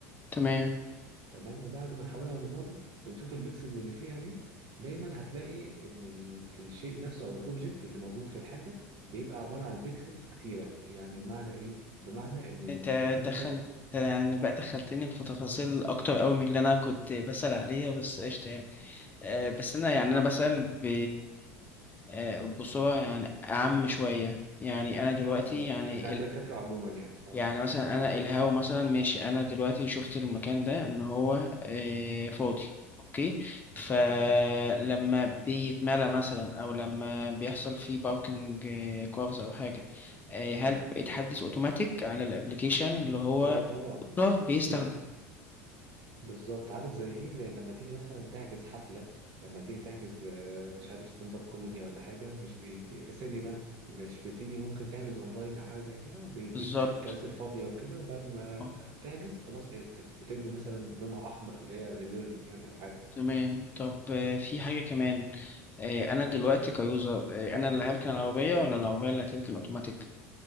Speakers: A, on the left; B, on the right.
A: تمام
B: تمام وبعد ما نحولها رمادي بنشوف البيكسلز اللي فيها دي دايما هتلاقي ان ال- الشيء نفسه او الاوبجكت اللي موجود في الحاجه بيبقى عباره عن بيكسلز كتيره يعني بمعنى ايه بمعنى ان ال...
A: انت
B: احنا
A: دخلت
B: مثلا
A: يعني بقى دخلتني في تفاصيل اكتر قوي من اللي انا كنت بسأل عليها بس قشطة يعني آه، بس انا يعني انا بسأل ب آه، بصورة يعني اعم شوية يعني انا دلوقتي
B: خلاص
A: يعني
B: انت عايز الفكرة عموما يعني اه
A: يعني مثلا انا الهاو مثلا ماشي انا دلوقتي شفت المكان ده ان هو آه، فاضي اوكي فلما
B: ايوه
A: بيتملى مثلا او لما بيحصل فيه باركنج كوفز او حاجه آه، هل
B: ايوه
A: بيتحدث اوتوماتيك على الابليكيشن اللي هو
B: اه طبعا
A: كوف بيستخدم
B: بتحق بالظبط عارف زي ايه زي لما تيجي مثلا تحجز حفلة لما تيجي تحجز آه، مش عارف ستاند اب كوميدي ولا حاجة مش بيدي سيري بقى مش بتيجي ممكن تحجز اونلاين او حاجة زي كده بيديك
A: بالظبط
B: الكراسي الفاضية وكده وبعد ما
A: آه،
B: تحجز خلاص هي بت- بتدي مثلا لونها احمر اللي هي ريزيرفد يعني او حاجة
A: تمام طب آه، في حاجه كمان آه، انا دلوقتي كيوزر آه، انا اللي هركن العربيه ولا العربيه اللي هتركن اوتوماتيك